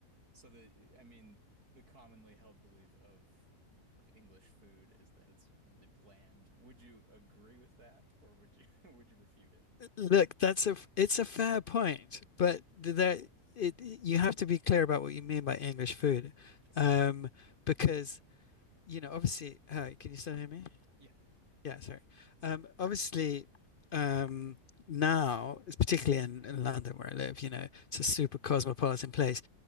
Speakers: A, on the right; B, on the left.
A: so the I mean the commonly held belief of of English food is that it's really bland. Would you agree with that, or would you <laughs> would you refute it?
B: Look, that's a it's a fair point, but there it you have to be clear about what you mean by English food,
A: Sure.
B: um, because you know obviously. Hi, can you still hear me?
A: Yeah.
B: Yeah, sorry. Um, obviously, um, now, it's particularly in, in London where I live, you know, it's a super cosmopolitan place.